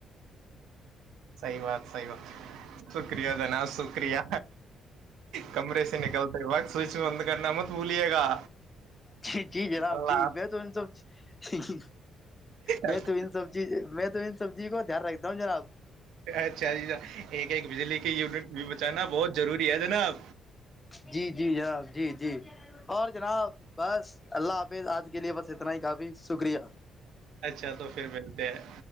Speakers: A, on the right (about 85°); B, on the left (about 20°).
A: صحیح بات صحیح بات شکریہ جناب شکریہ کمرے سے نکلتے بق سوئچ بند کرنا مت بھلیے گا
B: ج جی جناب
A: اللہ
B: جی میں تو ان سب میں
A: اللہ-
B: تو ان سب چیز میں تو ان سب چیز کو دھیان رکھتا ہوں جناب
A: اچھا جی ایک ایک بجلی کے یونٹ بھی بچانا بہت ضروری ہے جناب
B: جی جی جناب جی جی اور جناب بس اللہ حافظ آج کے لیے بس اتنا ہی کافی شکریہ
A: اچھا تو پھر ملتے ہیں